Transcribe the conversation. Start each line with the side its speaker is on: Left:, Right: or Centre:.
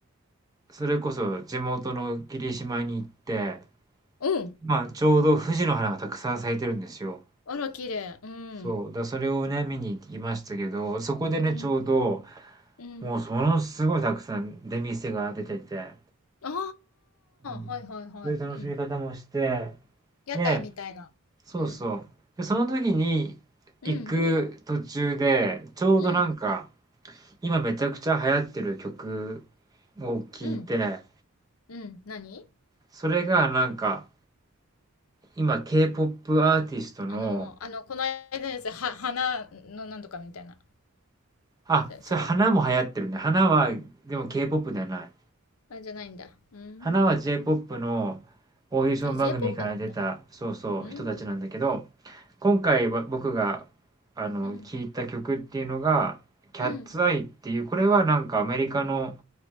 Right: それこそ地元の霧島に行って、
Left: うん。
Right: まあちょうど富士の花がたくさん咲いてるんですよ。
Left: あら、綺麗。うん。
Right: そう。だそれをね、見に行きましたけど、そこでね、
Left: うん。
Right: ちょうど、
Left: うん。
Right: もうそのすごいたくさん出店が出てて、
Left: あ
Right: うん。
Left: あ、はいはいはい。
Right: そういう楽しみ方もして、
Left: うん。屋台みたいな。
Right: で、そうそう。
Left: うん。
Right: で、その時に行く途中で、
Left: うん。
Right: ちょうどなんか、
Left: うん。
Right: 今めちゃくちゃ流行ってる曲を聴いて、
Left: うん。うん。何
Right: それがなんか、今 K-POP アーティストの
Left: あの、あの、この間のやつ、は、花のなんとかみたいな。
Right: あ、
Left: じゃあ違う
Right: それ花も流行ってるね。花は、でも K-POP ではない。
Left: あ、じゃないんだ。うーん。
Right: 花は J-POP のオーディション番組から出た、
Left: あ、j ポップなんだ。
Right: そうそう、
Left: うーん。
Right: 人たちなんだけど、今回は僕が、あの、
Left: うん。
Right: 聞いた曲っていうのが、キャッツアイっていう、
Left: うん。
Right: これはなんかアメリカの